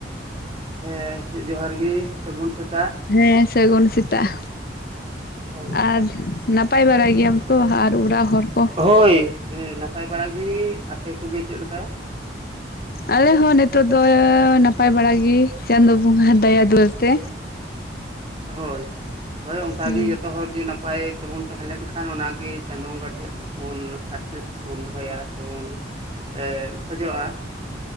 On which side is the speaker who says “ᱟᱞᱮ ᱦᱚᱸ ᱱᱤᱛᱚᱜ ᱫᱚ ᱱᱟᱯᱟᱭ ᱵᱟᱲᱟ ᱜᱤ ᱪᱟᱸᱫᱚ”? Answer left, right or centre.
Left